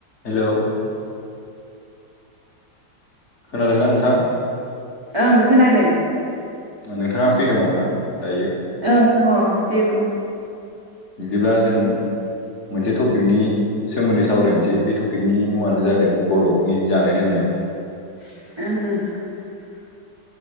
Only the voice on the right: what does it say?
ओं खोनादों।
औ दङ दे बुं
<unintelligible>